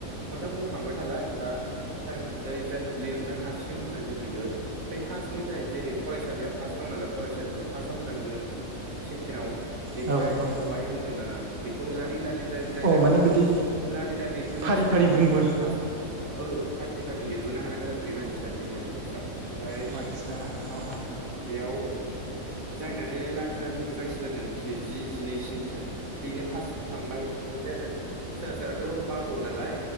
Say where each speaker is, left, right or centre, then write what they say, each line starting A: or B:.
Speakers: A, on the right (about 75°); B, on the right (about 40°).
A: खन्थाम बुंखांबाय नालाय होमबा टाइम बे जाय लिरनो हासिगोन होननाय लोगो लोगो बै फार्स्टनिफ्राय जेरै फरायसालिया फार्स्ट दं फरायसालिखौ फार्स्ट‌आव होनांगोन। सेकेणडव जेखाइ-खबायाइ
B: औ औ
A: होन्दों आरो आं बेखौ लारि-लारि जाय जायननो
B: औ माने बिदि
A: लारि-लारि मोजांसिन
B: फारि फारि
A: जागोन
B: बुंबोन
A: बेखौनो फार्स्ट ओ फार्स्ट फारि फारि लिरबोनो हानांगोन आरो बे मानसिया मेम'रि टेस्टआव ओमफ्राय
B: अ आचसा अ
A: बेयाव जायनानो लारि-लारि मोजांसिन जादों जि- जि जिनैसिमसो बेनो फार्स्ट थांबाय। ओमफ्राय जायनानो सोरबा-सोरबाथ' बावो नालाय